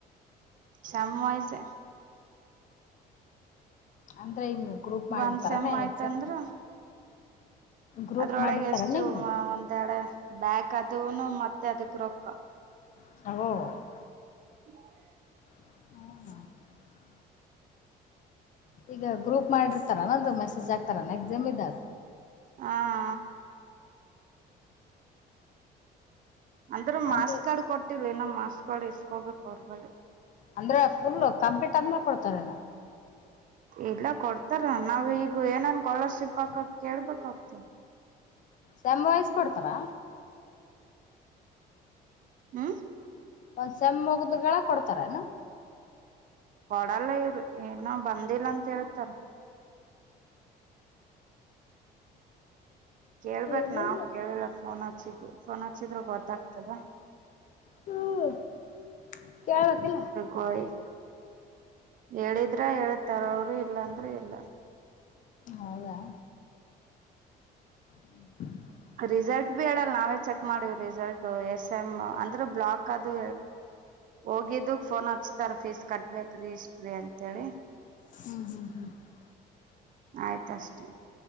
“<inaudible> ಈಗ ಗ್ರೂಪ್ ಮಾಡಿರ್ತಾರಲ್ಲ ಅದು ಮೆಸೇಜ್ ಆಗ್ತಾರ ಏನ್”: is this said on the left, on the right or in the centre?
Left